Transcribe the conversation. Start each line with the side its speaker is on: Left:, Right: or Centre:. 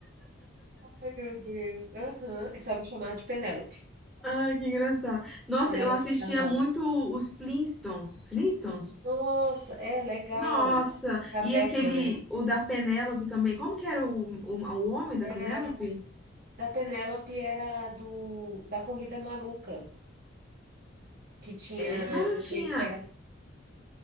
Right: <laughs> Ai, meu Deus. Aham. É só me chamar de Penélope.
Centre: Ah, que engraçado. Nossa,
Right: Penélope
Centre: eu assistia
Right: da Moda.
Centre: muito os Flintstones. Flintstones?
Right: Nossa, é legal.
Centre: Nossa,
Right: A caverna,
Centre: e aquele,
Right: né?
Centre: o da Penélope também. Como que era o, o, o homem da Penélope?
Right: Era, da Penélope era do, da Corrida Maluca, que tinha
Centre: É, mas não
Right: aquele
Centre: tinha.
Right: que era...